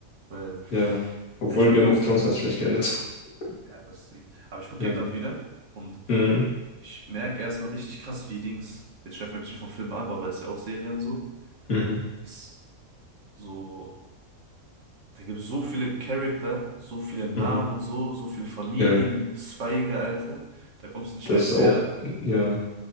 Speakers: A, on the right (about 60°); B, on the left (about 80°).
A: Weil,
B: ja, obwohl
A: ja, ich gucke
B: Game
A: ja.
B: of Thrones hat schlecht geendet. <laughs>
A: Ja, das Ding. Aber ich gucke
B: Ja.
A: ja gerade wieder und
B: Mhm.
A: ich merke erstmal richtig krass, wie Dings. Jetzt schweifen wir ein bisschen vom Film ab, aber ist ja auch Serien so.
B: Mhm.
A: ist so, da gibt es so viele Charakter, so viele Namen
B: Mhm.
A: und so, so viele Familienzweige,
B: Ja,
A: Alter. Da kommst du nicht
B: das
A: mehr hinterher.
B: ist auch, ja,